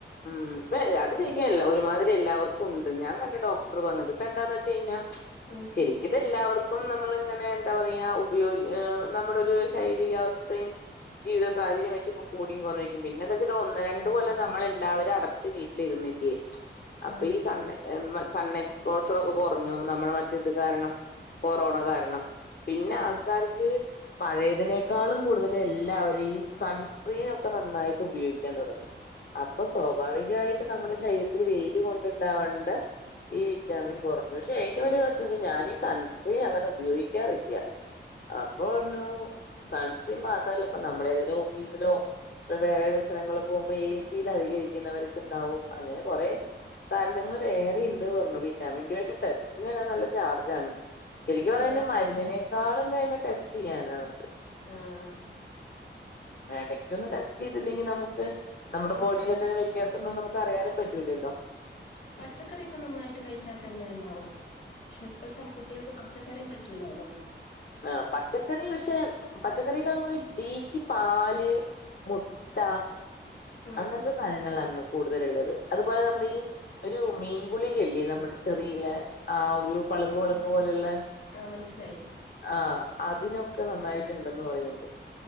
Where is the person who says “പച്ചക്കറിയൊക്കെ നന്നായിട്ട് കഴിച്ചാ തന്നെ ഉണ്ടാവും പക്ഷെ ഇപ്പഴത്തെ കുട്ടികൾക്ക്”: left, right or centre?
Left